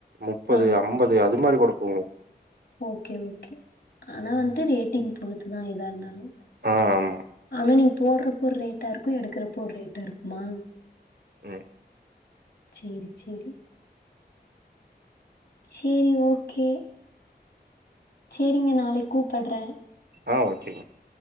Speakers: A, on the right; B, on the left.
A: முப்பது,
B: ஆ
A: அம்பது அது மாரி கூட போவோ
B: ஓகே ஓகே ஆனா வந்துட்டு ரேட்டிங் போ த்துனா இதா இருந்தாலு
A: ஆ ஆமா
B: ஆனா நீ போறப்போ ரேட் டாருக்கு எடுக்கிறப்ப ஒரு ரேட்டா இரு மா
A: ம்
B: சேரி சேரி சேரி ஓகே சேரிங்க நாளைக் கூ படுறே
A: ஆஹ் ஓகே